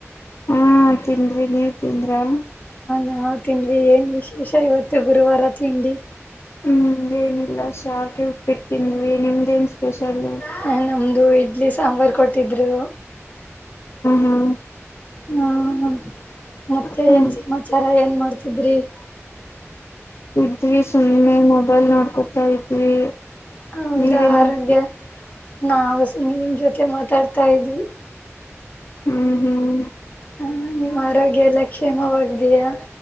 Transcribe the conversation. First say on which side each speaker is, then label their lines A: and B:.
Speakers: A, on the left; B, on the left.
A: ಹಾ ತಿಂದ್ವಿ ನೀವ್ ತಿಂದ್ರ ಹಾ
B: ನಾವ್ ತಿಂಡವಿ ಏನ್ ವಿಶೇಷ ಇವತ್ತು ಗುರುವಾರ ತಿಂಡಿ
A: ಹ್ಮ್ ಏನಿಲ್ಲ ಸಾವಿಗೆ ಉಪ್ಪಿಟು ತಿಂದಿವಿ ನಿಮ್ದ ನ್ ಸ್ಪೆಷಲ್
B: ಹ ನಮ್ದು ಇಡ್ಲಿ ಸಾಂಬಾರ್ ಕೊಟ್ಟಿದ್ರು
A: ಹಾ
B: ಹ್ಮ ಮತ್ತೆ
A: ಹ್ಮ
B: ಏನ್ ಸಮಾಚಾರ ಏನ್ ಮಾಡ ಮಾಡತಿದ್ರಿ <inaudible>
A: ಇದ್ವಿ ಸುಮ್ಮ್ನೆ ನೋ ಮೊಬೈಲ್ ನೋಡ್ಕೊತಾ ಇದ್ವಿ
B: ಹೌದಾ
A: ನೀವೇನ್
B: ಆರೋಗ್ಯ
A: ಮಾಡ್ತೀ
B: ನಾವು ಸುಮ್ಮ್ನೆ ನಿಮ್ ಜೊತೆ ಮಾತಾಡ್ತಾ ಇದ್ವಿ
A: ಹ್ಮ್ ಹ್ಮ್
B: ಹ ನಿಮ್ಮ್ ಆರೋಗ್ಯ ಎಲ್ಲಾ ಕ್ಷೇಮವಾಗ್ದಯಾ